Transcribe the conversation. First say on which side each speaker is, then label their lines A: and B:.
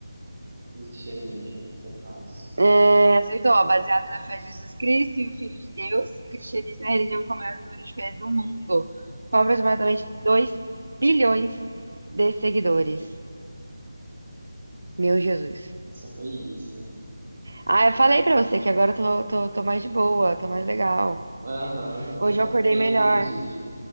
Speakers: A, on the right; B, on the right.
A: cristianismo, isso é fácil.
B: É, aceitou, ó, baseado na fé de Jesus Cristo e o Filho de Deus, o cristianismo é a religião com o maior número de fiéis do mundo, com aproximadamente 2 bilhões de seguidores. Meu Jesus.
A: Essa foi easy.
B: Ah, eu falei pra você que agora eu tô, tô, tô mais de boa, tô mais legal.
A: Aham,
B: Hoje eu acordei
A: é,
B: melhor,
A: entendi.